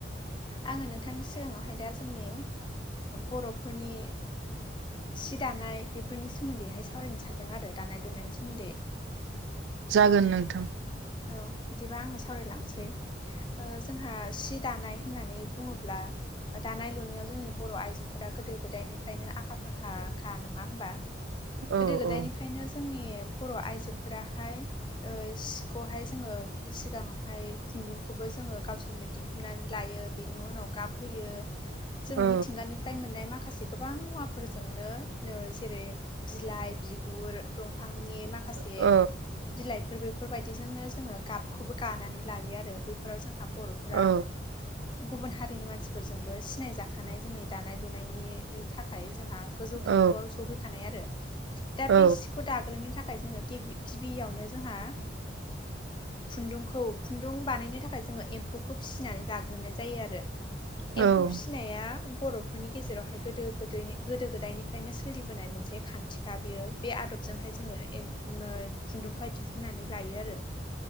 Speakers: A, on the left; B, on the right.
A: आंङो नोंथांनि सिगांङावहाय दा जोंनि बर'फोरनि सि दानाय बेफोरनि सोमोन्दैहाय सावरायनो सान्दों आरो दानाय लुनायनि सोमोन्दै
B: जागोन नोंथां
A: औ बिदिबा आंङो सावरायलांसै जोंहा सिट दानाय होननानै बुंङोब्ला दानाय लुनायाव जोंनि बर' आइजोफोरा गोदो गोदायनिफ्रायनो आखा फाखाखा नंङा होमबा
B: औ
A: गोदो गोदायनिफ्रायनो
B: औ
A: जोंनि बर' आइजोफोराहाय बे खौहाय जोंङो सिगांङावहाय खुन्दुंखौबो जोंङो गावसोरनो दिहुननानै लायो। बेनि उनाव गाबहयो जोंङो
B: औ
A: मिथिंगानि फफ्राय मोननाय माखासे गोबां मुवाफोरजोंनो जेरै बिलाइ बिगुर दंफांनि माखासे
B: औ
A: बिलाइफोर बेफोरबायदि बिदिजोंनो जोंङो गाबखौबो गानानै लायो आरो बेफोराव जोंहा बर'फोरा
B: औ
A: गुबुन हारिनि मानसिफोरजोंबो सिनायजाखानाय जोंनि दानाय लुनायनि थाखाय जोंहा गोजौ थाखोआव
B: औ
A: सौहैखानाय आरो दा
B: औ
A: बे सिखौ दाग्रोनो थाखाय <unintelligible> जोंङो गिबि गिबियावनो जोंहा खुन्दुंखौ खुन्दुं बानायनो थाखाय जोंङो एम्फौखौ फिसिनानै लाग्रोनाय जायो आरो
B: औ
A: एम्फौ फिनाया बर'फोरनि गेजेरावहाय गोदो गोदनि गोदो गोदायनिफ्रायनो सोलिबोनाय मोनसे खान्थिखा बियो बे आदबजोंहाय जोंङो खुन्दुंखौहाय दिहुननानै लायो आरो